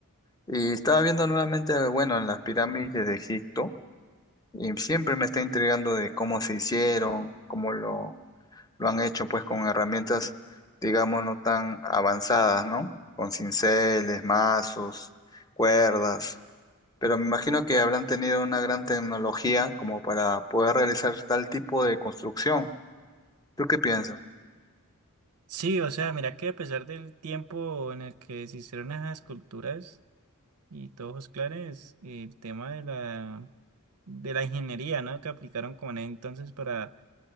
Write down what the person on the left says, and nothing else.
Y estaba viendo nuevamente, bueno, en las pirámides de Egipto y siempre me está intrigando de cómo se hicieron, cómo lo, lo han hecho, pues con herramientas, digamos, no tan avanzadas, ¿no? Con cinceles, mazos, cuerdas. Pero me imagino que habrán tenido una gran tecnología como para poder realizar tal tipo de construcción. ¿Tú qué piensas?